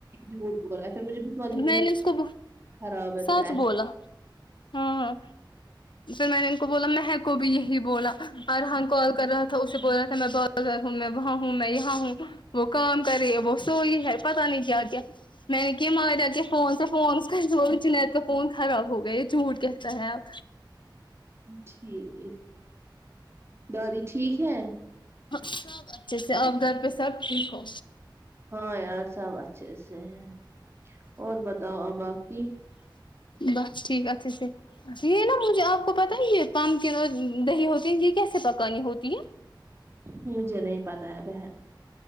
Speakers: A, on the right; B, on the left.
A: جھوٹ بول رہا پھر مجھے بسوا دی
B: میں نے اس کو
A: خراب ہے
B: سچ
A: تو ایسے
B: بولا ہاں ہاں میں بولا میں کو بھی یہی بولا اور فرحان کال کر رہا تھا اسے بول رہا تھا میں بہت زیادہ میں وہ ہوں میں یہاں ہوں وہ کام کری وہ سوئی ہے پتا نہیں کیا کیا میں نے کیا مگا دا کہے فون سے فون چنید کا فون خراب ہو گیا ہے جھوٹ کہتا ہے اب
A: ٹھیک دادی ٹھیک ہے
B: سب اچھے سے اب گھر پہ سب ٹھیک ہو
A: ہاں یار سب اچھے سے ہیں اور بتاؤ آ باقی
B: بس ٹھیک اچھے سے یہ نا مجھے آپ کو پتہ ہے یہ پمکن اور دہی ہوتی ہے یہ کیسے پکانی ہوتی ہے
A: مجھے نہیں پتا ہے بہن